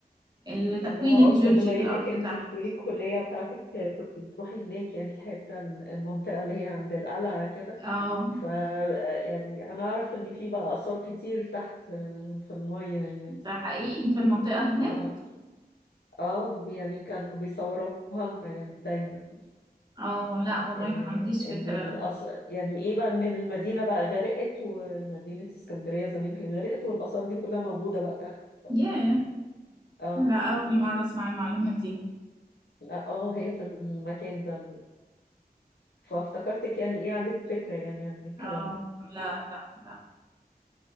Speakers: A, on the right (about 25°); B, on the left (about 90°).
A: ال- التكوين
B: يعني انا
A: الجيولوجي
B: قلت بما
A: للأرض
B: انك
A: تحت
B: انتي بتقولي الكليه بتاعتك كنت بتروحي هناك يعني الحته المنطقه اللي هي عند القلعه كده
A: اه
B: ف يعني انا اعرف ان في بقى اثار كتير تحت آه، في المايه يعني
A: ده حقيقي في المنطقة هناك
B: اه اه يعني كانوا بيصوروها لنا يعني دايما
A: اه لا والله
B: آه،
A: ما عنديش
B: ان
A: فكرة
B: الأص... يعني ايه بقى ان المدينه بقى غرقت ومدينه اسكندريه زمان كانت غرقت والاثار دي كلها موجوده بقى تحت
A: ياه
B: اه
A: لا أول مرة أسمع المعلومة دي
B: لا اه هي في المكان ده فافتكرتك يعني ايه عندك فكرة يعني عن الكلام
A: اه
B: ده
A: لا لا لا